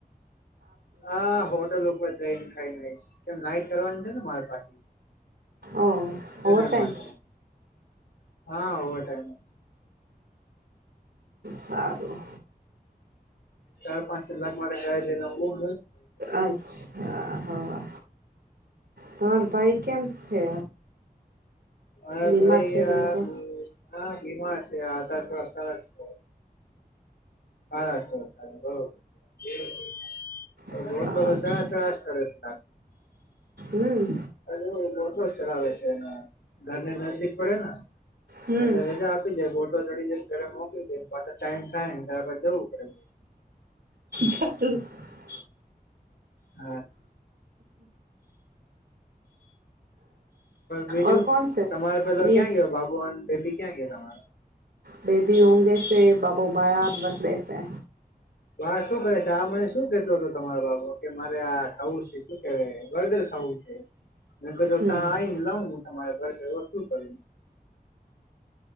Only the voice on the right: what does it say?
ઓ ઓવર
ટાઈમ
સારું
અચ્છા હા તમારો ભાઈ કેમ છે
બીમાર
થઈ ગયો
તો
સારું
હમ
હમ
<unintelligible>
ઓર કોણ છે
બીજ
બેબી ઊંગે છે બાબુ <unintelligible>
હમ